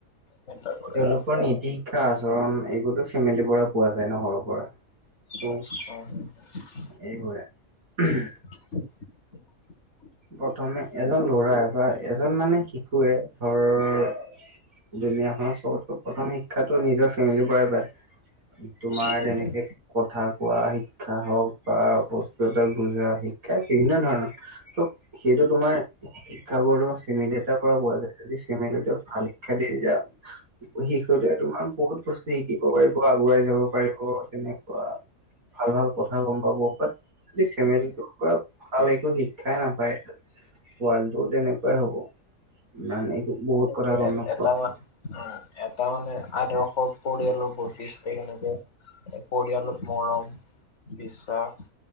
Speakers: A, on the left; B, on the right.
A: মেটাৰ কৰে
B: তেওঁলোকৰ
A: আৰু
B: নীতি শিক্ষা আচৰণ এইবোৰতো ফেমিলিৰ পৰা পোৱা যায় ন সৰুৰ পৰা, তো
A: উম উম।
B: এইবোৰে উমহ।
A: <inaudible>
B: প্ৰথমে এজন লৰা বা এজন মানে শিশুৱে ঘৰৰ দুুনীয়া খনৰ চবতকৈ প্ৰথম শিক্ষাটো নিজৰ ফেমিলিৰ পৰাই পায়, তোমাৰ
A: সেইটোৱে
B: তেনেকে কথা কোৱা শিক্ষা হওঁক, বা বস্তু এটা বুজা শিক্ষাই বিভিন্ন ধৰণৰ। তো সেইটো তোমাৰ শিক্ষা বোৰতো ফেমিলি এটাৰ পৰা পোৱা যায়, যদি ফেমেলি টোৱে ভাল শিক্ষা দিয়ে তেতিয়া শিশুটোৱে তোমাৰ বহুত বস্তু শিকিব পাৰিব, আগুৱাই যাব পাৰিব তেনেকুৱা। ভাল ভাল কথা গম পাব বাত সেই ফেমিলিটোৰ পৰা ভাল একো শিক্ষাই নাপ পায়। পোৱালিটোও তেনেকুৱাই হ'ব মানে বহুত
A: সেইটোৱে
B: কথা গম নোপোৱা।
A: এটা মান উম, এটা মানে আদৰ্শ পৰিয়ালৰ বৈশিষ্টই কেনেকে পৰিয়াল মৰম, বিশ্বাস,